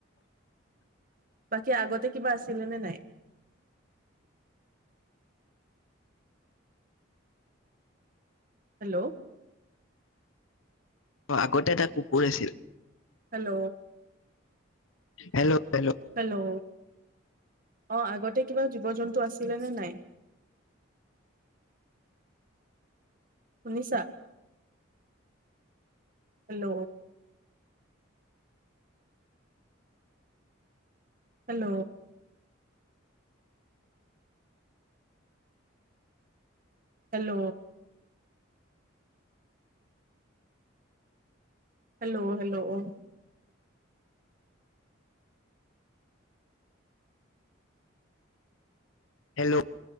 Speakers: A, on the right (about 45°); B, on the left (about 85°).
A: বাকী আগতে কিবা আছিলে নে নাই। হেল্ল'।
B: আগতে এটা কুকুৰ আছিল।
A: হেল্ল'।
B: Hello hello.
A: হেল্ল' অ', আগতে কিবা জীৱ জন্তু আছিলে নে নাই? শুনিছা? Hello. Hello. Hello. Hello hello অ'।
B: Hello.